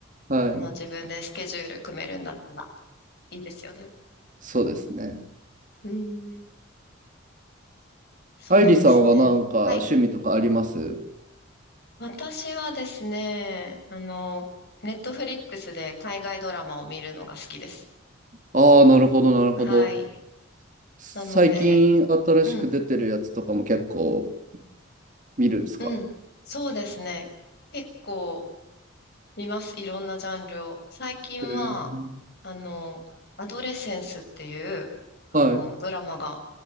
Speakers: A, on the right; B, on the left.
A: はい。
B: あの自分でスケジュール組めるんだったらいいですよね。
A: そうですね。
B: うん、そうなんですね。
A: 愛理さんはなんか趣味とかあります
B: はい。私はですね、あの、ネットフリックスで海外ドラマを見るのが好きです。
A: ああー、なるほど、なるほど。
B: はい。
A: 最近新しく出てるやつとかも結構
B: なので、うん、
A: 見るんですか
B: うん。そうですね。結構、見ます。いろんなジャンルを。最近は、
A: へえ
B: あの、アドレセンスっていう、あの、
A: はい。
B: ドラマが
A: い